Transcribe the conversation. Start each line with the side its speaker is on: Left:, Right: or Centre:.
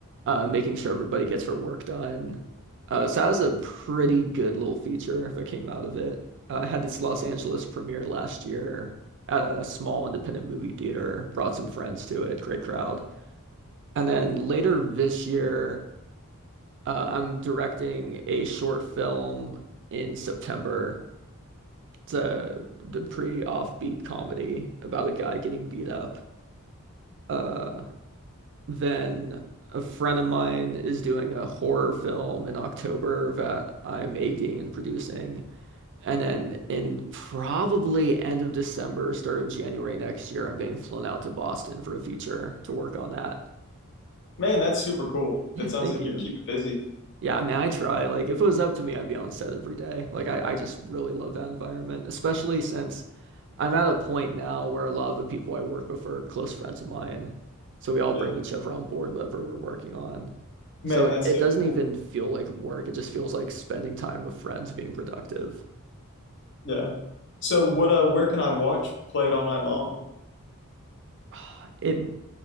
Right: uh, making sure everybody gets their work done. Uh, so that was a pretty good little feature that came out of it. Uh, had its Los Angeles premiere last year at a small independent movie theater. Brought some friends to it, great crowd. And then later this year, uh, I'm directing a short film in September it's a the pretty offbeat comedy about a guy getting beat up. Uh, then a friend of mine is doing a horror film in October that I'm ADing and producing. And then in probably end of December, start of January next year, I'm getting flown out to Boston for a feature to work on that.
Left: Man, that's super cool.
Right: Yeah,
Left: That sounds
Right: thank
Left: like
Right: you.
Left: you keep it busy.
Right: Yeah, I mean, I try. Like, if it was up to me, I'd be on set every day. Like, I, I just really love that environment, especially since I'm at a point now where a lot of the people I work with are close friends of mine. So we all
Left: Yeah.
Right: bring each other on board whatever we're working on.
Left: Man,
Right: So it,
Left: that's
Right: it
Left: so
Right: doesn't
Left: cool.
Right: even feel like work. It just feels like spending time with friends, being productive.
Left: Yeah. So what uh where can I watch Play It All Night Long?
Right: <sighs> It